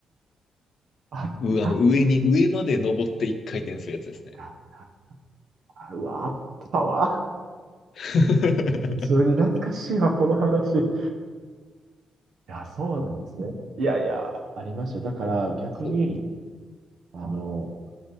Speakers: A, on the right; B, on the left.
A: あったあっ
B: う、あの、上に、上まで登って一回転するやつですね。
A: たあった。あうわ、あったわ。
B: <laughs>
A: 普通に懐かしいわ、この話。いや、そうなんですね。いやいや、ありましたよ。だから逆に、
B: そう。
A: あの、